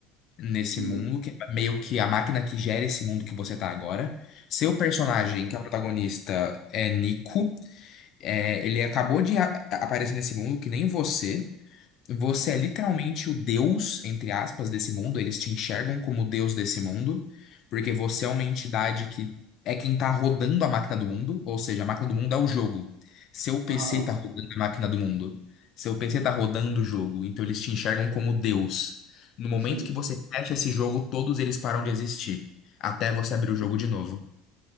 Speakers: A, on the left; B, on the right.
A: nesse
B: Hum,
A: mundo que é meio que a máquina que gera esse mundo que você tá agora. Seu personagem,
B: hum,
A: que é o protagonista, é Nico. É, ele acabou de a- aparecer nesse mundo que nem você. Você
B: hum.
A: é literalmente o deus, entre aspas, desse mundo. Eles te enxergam como o deus desse mundo, porque você é uma entidade que é quem tá rodando a máquina do mundo, ou seja, a máquina do mundo é o jogo. Seu PC
B: Aham,
A: tá rodando a máquina do mundo. Seu PC tá rodando o jogo, então eles te enxergam como deus. No momento
B: sim.
A: que você fecha esse jogo, todos eles param de existir, até você abrir o jogo de novo.